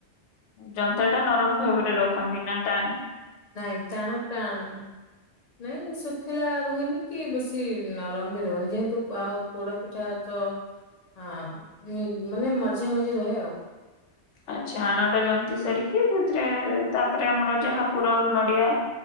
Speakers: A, on the left; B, on the left.
A: ଯନ୍ତାଟା ନରମ ଭାବରେ ରଖନ୍ତି ନା ଟଣ।
B: ନାଇଁ ଟାଣ ଟନ୍ ନାଇଁ ଶୁଖିଲା ରୁହେନି କି ବେଶୀ ନରମ ବି ରୁହେନି ଯେହେତୁ ଆଉ ପୋଡ ପିଠା ତ ଆ ମି ମାନେ ମଝା ମଝି ରହେ ଆଉ।
A: ଆଚ୍ଛା ଆଣଟା ଜନ୍ତି ସାରିକି ସେଥିରେ ତାପରେ ଆମର ଯାହା ପୁର ନଡିଆ